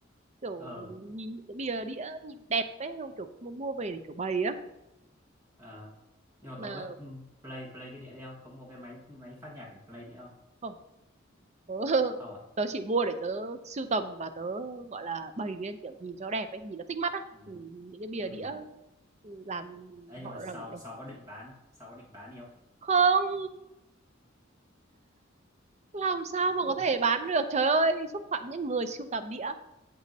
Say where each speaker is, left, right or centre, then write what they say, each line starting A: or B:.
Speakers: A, on the right; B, on the right.
A: kiểu
B: Ờ
A: nhìn những cái bìa đĩa nhìn đẹp ấy không kiểu cũng muốn mua về để kiểu bày á
B: à. Nhưng mà
A: mà
B: cậu có ừ, play play cái đĩa đấy không? Có mua cái máy máy phát nhạc để play đĩa không?
A: không tớ, <laughs>
B: Không à?
A: tớ chỉ mua để tớ sưu tầm và tớ gọi là bày lên kiểu nhìn cho đẹp ấy nhìn nó thích mắt á
B: Ừ.
A: Ừ, những cái bìa
B: Ừ.
A: đĩa làm
B: Ê, nhưng
A: họ
B: mà sau
A: làm đẹp
B: sau có định bán, sau có định bán đi không?
A: không làm sao mà có thể bán được trời ơi xúc phạm những người sưu tầm đĩa